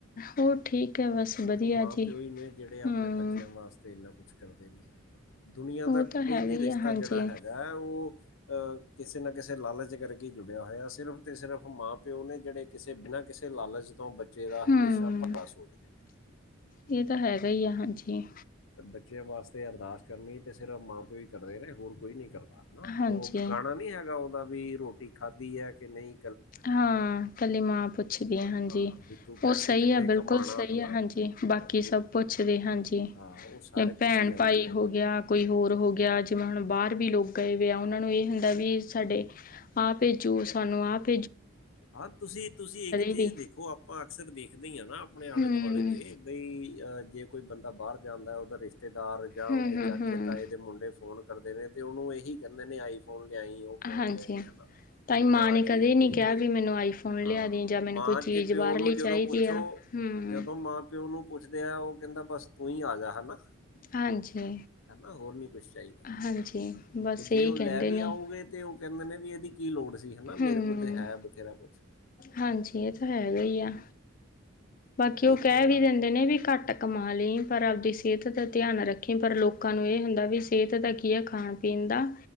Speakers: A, on the left; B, on the left.
A: ਹੋ ਠੀਕ ਹੈ ਬਸ ਵਧੀਆ
B: ਇੱਕ ਮਾਂ
A: ਜੀ
B: ਪਿਓ ਹੀ ਨੇ ਜੇੜੇ ਆਪਣੇ
A: ਹਮ
B: ਬੱਚਿਆਂ ਵਾਸਤੇ ਇੰਨਾ ਕੁਛ ਕਰਦੇ ਨੇ ਹਨਾ। ਦੁਨੀਆਂ
A: ਉਹ
B: ਦਾ ਕੋਈ
A: ਤਾਂ ਹੈਗਾ
B: ਵੀ
A: ਹੀ
B: ਰਿਸ਼ਤਾ
A: ਆ ਹਾਂਜੀ
B: ਜੇੜਾ ਹੈਗਾ ਹੈ ਓ ਅਹ ਕਿਸੇ ਨਾ ਕਿਸੇ ਲਾਲਚ ਕਰਕੇ ਜੁੜਿਆ ਹੋਇਆ ਸਿਰਫ਼ ਤੇ ਸਿਰਫ਼ ਮਾਂ ਪਿਓ ਨੇ ਜੇੜੇ ਕਿਸੇ ਬਿਨਾਂ ਕਿਸੇ ਲਾਲਚ ਤੋਂ ਬੱਚੇ ਦਾ
A: ਹਮ
B: ਹਮੇਸ਼ਾ ਭਲਾ ਸੋਚਦੇ ਨੇ
A: ਇਹ ਤਾਂ ਹੈਗਾ ਹੀ ਆ ਹਾਂਜੀ-
B: ਬੱਚਿਆਂ ਵਾਸਤੇ ਅਰਦਾਸ ਕਰਨੀ ਏ ਤੇ ਸਿਰਫ ਮਾਂ ਪਿਓ ਹੀ ਕਰਦੇ ਨੇ ਹੋਰ ਕੋਈ ਨਹੀਂ ਕਰਦਾ।
A: ਹਾਂਜੀ
B: ਓ ਗਾਣਾ ਨੀ ਹੈਗਾ ਉਹਦਾ ਵੀ ਰੋਟੀ ਖਾਧੀ ਹੈ ਕਿ ਨਈ
A: ਹਾਂ ਕੱਲੀ ਮਾਂ ਪੁੱਛਦੀ
B: ਹਨਾ
A: ਆ ਹਾਂਜੀ
B: ਹਾਂ ਵੀ ਤੂੰ
A: ਓ
B: ਪੈਸੇ
A: ਸਈ
B: ਕਿੰਨੇ
A: ਆ ਬਿਲਕੁਲ
B: ਕਮਾਣਾ
A: ਸਈ
B: ਹਨਾ
A: ਆ ਹਾਂਜੀ। ਬਾਕੀ ਸਭ
B: ਵੀ
A: ਪੁੱਛਦੇ ਹਾਂਜੀ
B: ਹਾਂ ਉਹ ਸਾਰੇ
A: ਕਿ ਭੈਣ
B: ਪੁੱਛੀ ਜਾਂਦੇ
A: ਭਾਈ
B: ਨੇ
A: ਹੋ
B: ਹਨਾ
A: ਗਿਆ। ਕੋਈ ਹੋਰ ਹੋ ਗਿਆ ਜਿਵੇਂ ਹੁਣ ਬਾਰ ਵੀ ਲੋਕ ਗਏ ਹੋਏ ਆ ਉਹਨਾਂ ਨੂੰ ਇਹ ਹੁੰਦਾ ਵੀ ਸਾਡੇ ਆਪ ਭੇਜੋ ਸਾਨੂੰ ਆਪ
B: ਹਾਂ ਤੁਸੀਂ ਤੁਸੀਂ ਇੱਕ ਚੀਜ਼
A: ਵੀ
B: ਦੇਖੋ ਆਪਾਂ ਅਕਸਰ ਦੇਖਦੇ ਹੀ ਹਾ ਨਾ ਆਪਣੇ ਆਲੇ
A: ਹੂੰ
B: ਦੁਆਲੇ ਦੇ। ਬਈ ਅਹ ਜੇ ਕੋਈ ਬੰਦਾ ਬਾਰ ਜਾਂਦਾ ਉਦਾ ਰਿਸ਼ਤੇਦਾਰ ਜਾਂ
A: ਹੂੰ
B: ਉਹਦੇ
A: ਹੂੰ
B: ਚਾਚੇ
A: ਹੂੰ
B: ਤਾਏ ਦੇ ਮੁੰਡੇ ਫੋਨ ਕਰਦੇ ਨੇ ਤੇ ਉਹਨੂੰ ਇਹੀ ਕੈਂਦੇ ਨੇ ਆਈ ਫੋਨ ਲਿਆਈਂ ਓ ਫੋਨ
A: ਹਾਂਜੀ
B: ਲਿਆਈ ਆਂਦਾ
A: ਤਾਂਈ ਮਾਂ
B: ਜਾਂ ਆ
A: ਨੇ
B: ਚੀਜ਼
A: ਕਦੇ ਨਹੀਂ
B: ਭੇਜ
A: ਕਿਹਾ ਵੀ ਮੈਨੂੰ ਆਈਫੋਨ
B: ਹਾਂ
A: ਲਿਆ ਦੀ ਜਾਂ ਮੈਨੂੰ
B: ਮਾਂ
A: ਕੋਈ ਚੀਜ਼
B: ਤੇ ਪਿਓ
A: ਬਾਹਰਲੀ
B: ਨੂੰ
A: ਚਾਹੀਦੀ
B: ਜਦੋਂ ਪੁੱਛੋ
A: ਆ ਹੂੰ
B: ਜਦੋਂ ਮਾਂ ਪਿਓ ਨੂੰ ਪੁੱਛਦੇ ਆ ਓ ਕੈਂਦਾ ਬਸ ਤੂੰ ਹੀ ਆ ਜਾ ਹਨਾ।
A: ਹਾਂਜੀ
B: ਹੈਨਾ ਹੋਰ ਨੀ ਕੁਛ ਚਾਹੀਦਾ ਨਾ
A: ਹਾਂਜੀ ਬਸ
B: ਤੇ ਜੇ
A: ਇਹੀ
B: ਓ
A: ਕਹਿੰਦੇ
B: ਲੈ ਵੀ
A: ਨੇ
B: ਆਉਗੇ ਤੇ ਕੈਂਦੇ ਨੇ ਵੀ ਇਹਦੀ ਕੀ ਲੋੜ ਸੀ ਹਨਾ
A: ਹੂੰ
B: ਮੇਰੇ ਕੋਲ ਤੇ ਹੈ ਬਥੇਰਾ ਕੁਛ
A: ਹਾਂਜੀ ਇਹ ਤਾਂ ਹੈਗਾ ਹੀ ਆ ਬਾਕੀ ਉਹ
B: ਇੱਕ
A: ਕਹਿ ਵੀ ਦਿੰਦੇ ਨੇ ਵੀ ਘੱਟ- ਕਮਾ ਲਈ ਪਰ ਆਪਦੀ ਸਿਹਤ ਦਾ ਧਿਆਨ ਰੱਖੀ ਪਰ ਲੋਕਾਂ ਨੂੰ ਇਹ ਹੁੰਦਾ ਵੀ ਸਿਹਤ ਦਾ ਕੀ ਹੈ ਖਾਣ ਪੀਣ ਦਾ